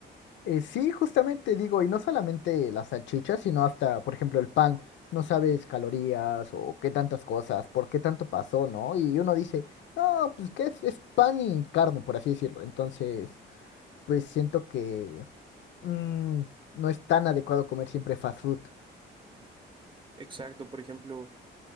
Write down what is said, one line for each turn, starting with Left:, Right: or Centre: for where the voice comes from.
Left: Eh, sí, justamente digo, y no solamente las salchichas, sino hasta, por ejemplo, el pan. No sabes calorías o qué tantas cosas, por qué tanto pasó, ¿no? Y uno dice, no, pues que es, es pan y carne, por así decirlo. Entonces, pues siento que mm, no es tan adecuado comer siempre fast food.
Right: Exacto, por ejemplo,